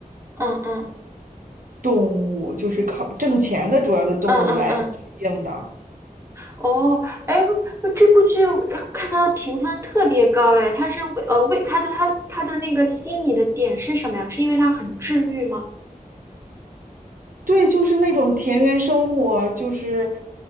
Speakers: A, on the right; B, on the right.
A: 嗯嗯
B: 动物，就是靠挣钱的主要的动物来治病的。
A: 嗯嗯嗯。哦，哎，这部剧呃看它的评分特别高，哎，它是为呃为它的它的它的那个吸引你的点是什么呀？是因为它很治愈吗？
B: 对，就是那种田园生活，就是